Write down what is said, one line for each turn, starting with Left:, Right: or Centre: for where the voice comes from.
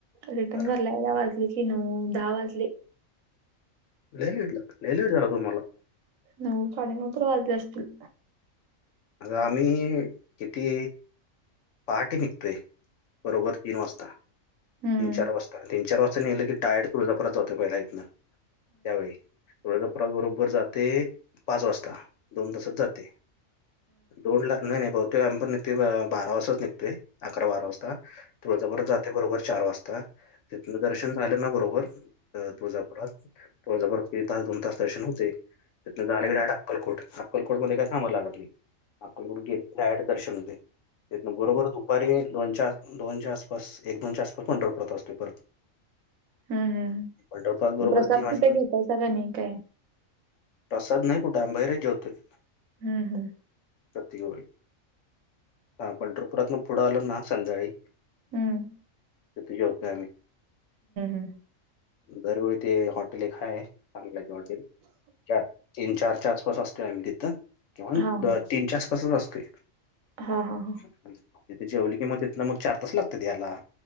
Right: रिटर्न
Left: बरं.
Right: घरला यायला वाजले की नऊ, दहा वाजले.
Left: लय लेट झाल लय लेट झाला तुम्हाला
Right: नऊ साडेनऊ तर वाजले असतील.
Left: आगं आम्ही किती? पहाटी निघतोय बरोबर तीन वाजता. तीन
Right: हं.
Left: चार वाजता तीन चार वाजता निघलं की डायरेक्ट तुळजापूरात जातोय पहिला इथंन. त्यावेळी ळ्या दपरात बरोबर जाते पाच वाजता दोन तासच जाते दोन लाख नाही नाही बहुतेक काम पण निघ बारा वाजताच निघतोय अकरा बारा वाजता त जबर जाते बरोबर चार वाजता तिथन दर्शन झालं ना बरोबर तुजपरात तु जपर तास दोन तास सेशन होते तिनं झा क डाट अक्कलकोट अक्कलकोटमध्ये काही सांमाला लागत नाही अक्कलकडून घेत डायरेक्ट दर्शन होतयं बरोबर दुपारी दोनच्या दोनच्या आसपास एक दोनच्या आसपास पंढरपूरात असतोय परत
Right: हम्म हम
Left: पंढरपुरात बरोबर
Right: प्रसाद
Left: तीन वाजेपर्यंत
Right: कुठं घेताय सा काय नाही काय?
Left: प्रसाद नाही कुठं आम्ही बाहेरचं जेवतोय.
Right: हम्म हम्म.
Left: प्रत्येक वेळी हा पंढरपुरात ना पुढं आलं ना संध्याकाळी
Right: हम्म.
Left: तिथं जेवतोय आम्ही.
Right: ह.
Left: दरवेळी ते हॉटेल एक हाय, चांगलाय ते हॉटेल. चार तीन चारच्या आसपास असतोय आम्ही तिथं किंवा
Right: हां, हां.
Left: तीन चार आसपासच असतोय.
Right: हां, हां, हां.
Left: स्वप्नील तिथे जेवली कि मग तिथन मग चार तास लागत्यात यायला